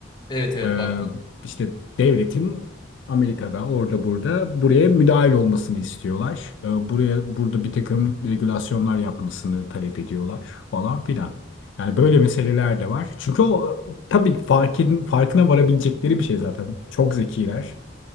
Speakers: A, on the left; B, on the left.
A: Evet evet
B: Ee,
A: baktım.
B: işte devletin Amerika'da orada burada buraya müdahil olmasını istiyorlar. Ee, buraya burada bir takım regülasyonlar yapmasını talep ediyorlar falan filan. Yani böyle meseleler de var. Çünkü o tabii farkın, farkına varabilecekleri bir şey zaten. Çok zekiler,